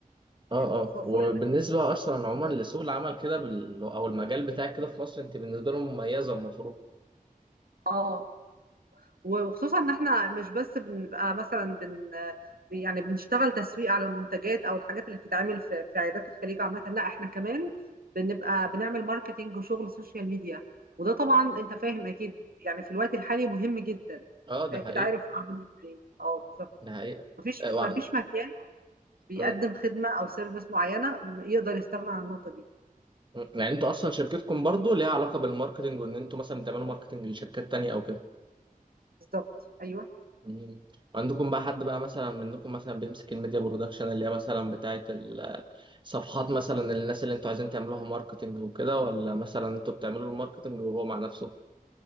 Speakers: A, on the right; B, on the right.
A: اه
B: يعني
A: آه.
B: ف- فل
A: وبالنسبه اصلا عموما لسوق العمل كده بال... او المجال بتاعك كده في مصر انت بالنسبه لهم مميزه المفروض
B: اه وخصوصا ان احنا مش بس بنبقى مثلا بن يعني بنشتغل تسويق على المنتجات او الحاجات اللي بتتعمل في في عيادات الخليج عامه لا احنا كمان بنبقى بنعمل ماركتينج وشغل سوشيال ميديا وده طبعا انت فاهم اكيد يعني في الوقت الحالي مهم جدا
A: اه
B: انت
A: ده
B: اكيد
A: حقيقي
B: عارف العالم إزاي. اه بالظبط
A: ده حقيقه
B: مفيش
A: اه، وعن-
B: مفيش مكان بيقدم
A: مم.
B: خدمه او سيرفيس معينه م- يقدر يستغنى عن النقطه دي
A: مم. يعني انتوا اصلا شركتكم برضو ليها علاقه بالماركتنج وان انتوا مثلا بتعملوا ماركتنج لشركات تانية او كده
B: بالظبط ايوه
A: مم. عندكم بقى حد بقى مثلا منكم مثلا بيمسك الميديا برودكشن اللي هي مثلا بتاعه ال صفحات مثلا للناس اللي انتوا عايزين تعملوها ماركتنج وكده ولا مثلا انتوا بتعملوا له الماركتنج وهو مع نفسه